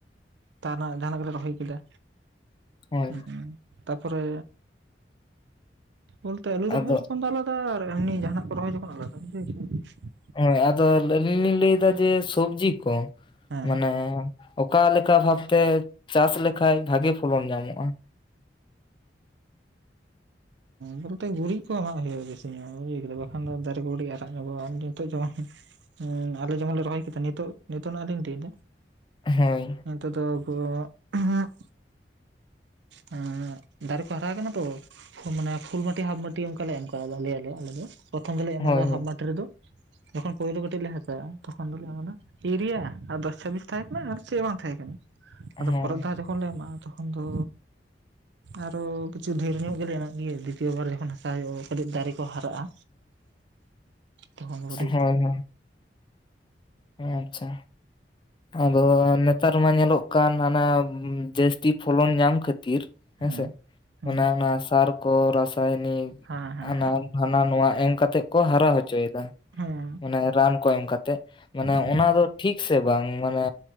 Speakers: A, on the right; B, on the left.
A: ᱛᱟᱨ ᱱᱟᱜ ᱡᱟᱦᱟᱱᱟᱜ ᱜᱮᱞᱮ ᱨᱚᱦᱚᱭ ᱠᱮᱫᱟ᱾
B: ᱦᱳᱭ
A: ᱦᱮᱸ ᱛᱟᱨ ᱯᱚᱨᱮ ᱵᱚᱞᱛᱮ ᱟᱹᱞᱩ ᱨᱚᱦᱚᱭ
B: ᱟᱫᱚ
A: ᱡᱚᱠᱷᱚᱱ ᱫᱚ ᱟᱞᱟᱫᱟ, ᱮᱢᱱᱤ ᱡᱟᱦᱟᱱᱟᱜ ᱠᱚ ᱨᱚᱦᱚᱭ ᱡᱚᱠᱷᱚᱱ ᱟᱞᱟᱫᱟ ᱾
B: ᱦᱳᱭ ᱟᱫᱚ ᱟᱹᱞᱤᱧ ᱞᱤᱧ ᱞᱟᱹᱭ ᱫᱟ ᱡᱮ ᱥᱚᱵᱡᱤ ᱠᱚ
A: ᱦᱮᱸ
B: ᱢᱟᱱᱮ ᱚᱠᱟ ᱞᱮᱠᱟ ᱵᱷᱟᱵᱛᱮ ᱪᱟᱥ ᱞᱮᱠᱷᱟᱡ ᱵᱷᱟᱜᱤ ᱯᱷᱚᱞᱚᱱ ᱧᱟᱢᱚᱜ-ᱟ?
A: ᱵᱚᱞᱛᱮ ᱜᱩᱨᱤᱡ ᱠᱚ ᱮᱢᱟᱜ ᱦᱩᱭᱩᱜ-ᱟ ᱵᱮᱥᱤ ᱧᱚᱜ ᱵᱩᱡ ᱠᱮᱫᱟ ᱵᱟᱠᱷᱟᱱ ᱫᱚ ᱫᱟᱨᱮ ᱠᱚ ᱠᱟᱴᱤᱡ ᱟᱨ ᱠᱤ <unintelligible> ᱱᱤᱛᱚᱜ ᱡᱮᱢᱚᱱ ᱦᱮᱸ ᱟᱞᱮ ᱡᱮᱢᱚᱱ ᱞᱮ ᱨᱚᱦᱚᱭ ᱠᱮᱫᱟ ᱱᱤᱛᱚᱜ ᱱᱤᱛᱚᱜ ᱱᱟᱜ ᱞᱤᱧ ᱞᱟᱹᱭᱮᱫᱟ
B: ᱦᱮᱸ ᱾
A: ᱟᱨ ᱱᱤᱛᱚᱜ ᱫᱚ ᱟᱵᱚ ᱩᱸᱦᱩᱜ ᱦᱮᱸ ᱫᱟᱨᱮ ᱠᱚ ᱦᱟᱨᱟ ᱠᱟᱱᱟ ᱛᱚ ᱢᱟᱱᱮ ᱯᱷᱩᱞ ᱵᱟᱴᱤ ᱦᱟᱯ ᱵᱟᱴᱤ ᱚᱱᱠᱟᱞᱮ ᱮᱢ ᱠᱟᱫᱟ ᱞᱟᱹᱭ ᱟᱞᱮ ᱟᱞᱮ ᱫᱚ ᱯᱨᱚᱛᱷᱚᱢ ᱫᱚᱞᱮ ᱮᱢᱟᱫᱟ
B: ᱦᱳᱭ ᱦᱳᱭ
A: ᱦᱟᱯ ᱵᱟᱴᱤ ᱨᱮᱫᱚ ᱡᱚᱠᱷᱚᱱ ᱯᱳᱭᱞᱳ ᱠᱟᱹᱴᱤᱡ ᱞᱮ ᱦᱟᱥᱟᱜ-ᱟ ᱛᱚᱠᱷᱚᱱ ᱫᱚᱞᱮ ᱮᱢᱟᱫᱟ ᱮᱭᱩᱨᱤᱭᱟ ᱟᱨ ᱫᱚᱥ ᱪᱷᱟᱵᱤᱥ ᱛᱟᱦᱮᱸ ᱠᱟᱱᱟ ᱟᱨ ᱪᱮᱫ ᱦᱚᱸ ᱵᱟᱝ ᱛᱟᱦᱮᱸ ᱠᱟᱱᱟ᱾
B: ᱦᱮᱸ
A: ᱟᱫᱚ ᱯᱚᱨᱮ ᱫᱷᱟᱣ ᱡᱚᱠᱷᱚᱱ ᱞᱮ ᱮᱢᱟᱜ-ᱟ ᱛᱚᱠᱷᱚᱱ ᱫᱚ ᱟᱨᱚ ᱠᱤᱪᱷᱩ ᱰᱷᱮᱨ ᱧᱚᱜ ᱞᱮ ᱮᱢᱚᱜ ᱜᱮᱭᱟ ᱫᱤᱛᱤᱭᱚ ᱵᱟᱨ ᱡᱚᱠᱷᱚᱱ ᱦᱟᱥᱟ ᱦᱩᱭᱩᱜ-ᱟ ᱠᱟᱹᱴᱤᱡ ᱫᱟᱨᱮ ᱠᱚ ᱦᱟᱨᱟᱜ-ᱟ ᱛᱚᱠᱷᱚᱱ ᱫᱚ ᱠᱟᱹᱴᱤᱡ
B: ᱦᱳᱭ ᱦᱳᱭ ᱟᱪᱪᱷᱟ᱾ ᱟᱫᱚ ᱱᱮᱛᱟᱨ ᱢᱟ ᱧᱮᱞᱚᱜ ᱠᱟᱱ ᱦᱟᱱᱟ ᱡᱟᱹᱥᱛᱤ ᱯᱷᱚᱞᱚᱱ ᱧᱟᱢ ᱠᱷᱟᱹᱛᱤᱨ ᱛᱤᱨ ᱦᱮᱸᱥᱮ
A: ᱦᱮᱸ ᱦᱮᱸ
B: ᱚᱱᱟ ᱚᱱᱟ ᱥᱟᱨ ᱠᱚ ᱨᱟᱥᱟᱭᱱᱤᱠ
A: ᱦᱮᱸ ᱦᱮᱸ
B: ᱦᱟᱱᱟ ᱦᱟᱱᱟ ᱱᱚᱣᱟ ᱮᱢ ᱠᱟᱛᱮᱜ ᱠᱚ ᱦᱟᱨᱟ ᱦᱚᱪᱚᱭᱮᱫᱟ,
A: ᱦᱮᱸ ᱦᱮᱸ
B: ᱢᱟᱱᱮ ᱨᱟᱱ ᱠᱚ ᱮᱢ ᱠᱟᱛᱮᱜ ᱢᱟᱱᱮ
A: ᱦᱮᱸ
B: ᱚᱱᱟ ᱫᱚ ᱴᱷᱤᱠ ᱥᱮ ᱵᱟᱝ? ᱢᱟᱱᱮ